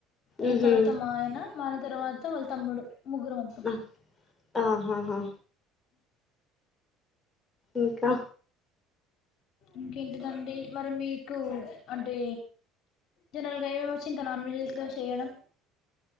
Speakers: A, on the left; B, on the left.
A: ఇగ
B: ఉహు
A: తర్వాత మా ఆయన మా ఆయన తర్వాత వాళ్ళ తమ్ముడు ముగ్గురు మొత్తం
B: ఆ ఆహాహా ఇంకా
A: ఇంకేంటిదండి. మరి మీకు అంటే జనరల్గా ఎం ఎం వచ్చు ఇంకా నాన్ వెజస్లో చేయడం.